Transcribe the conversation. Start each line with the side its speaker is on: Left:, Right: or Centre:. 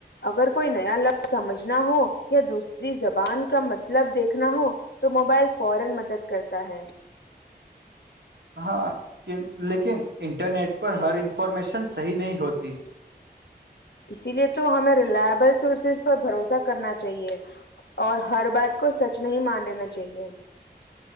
Left: اگر کوئی نیا لفظ سمجھنا ہو یا دوسری زبان کا مطلب دیکھنا ہو تو موبائل فورا مدد کرتا ہے
Right: ہاں لیکن انٹرنیٹ پر ہر انفارمیشن صحیح نہیں ہوتی
Left: اسی لیے تو ہمیں ریلائبل سورسز پر بھروسہ کرنا چاہیے اور ہر بات کو سچ نہیں مان لینا چاہیے